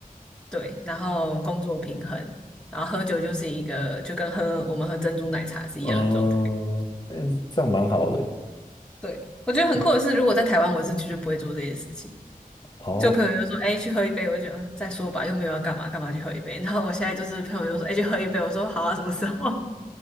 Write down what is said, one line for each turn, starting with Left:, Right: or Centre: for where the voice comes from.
Centre: 对，然后工作平衡，然后喝酒就是一个就跟喝我们喝珍珠奶茶是一样的状态。
Left: 嗯，哎，这样蛮好的
Centre: 对，我觉得很酷的是，
Left: 哦。
Centre: 如果在台湾，我是绝对不会做这些事情。
Left: 好，
Centre: 就朋友就说：“哎、去喝一杯。”我就觉得嗯，再说吧，又没有要干嘛，干嘛去喝一杯？然后我现在就是朋友就说：“哎、去喝一杯。”我说：“好啊，什么时候？”